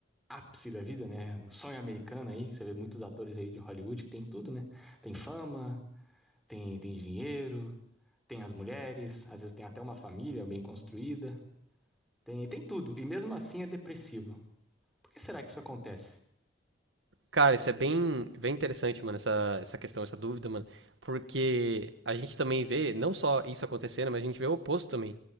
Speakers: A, in the centre; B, on the right.
A: ápice da vida, né, o sonho americano aí, você vê muitos atores aí de Hollywood que tem tudo, né, tem fama, tem, tem dinheiro, tem as mulheres, às vezes tem até uma família bem construída, tem, tem tudo, e mesmo assim é depressivo. Por que será que isso acontece?
B: Cara, isso é bem, bem interessante, mano, essa, essa questão, essa dúvida, mano. Porque a gente também vê, não só isso acontecendo, mas a gente vê o oposto também.